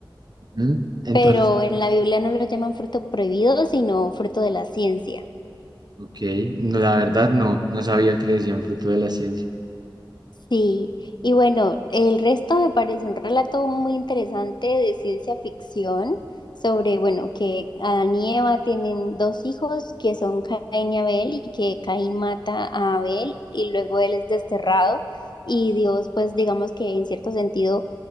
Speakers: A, on the right; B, on the left.
A: Ujú. Entonces,
B: Pero en la Biblia no lo llaman fruto prohibido, sino fruto de la ciencia.
A: ok, no, la verdad no, no sabía que le decían fruto de la ciencia.
B: Sí, y bueno, el resto me parece un relato muy interesante de ciencia ficción sobre, bueno, que Adán y Eva tienen dos hijos que son Caín y Abel y que Caín mata a Abel y luego él es desterrado y Dios pues digamos que en cierto sentido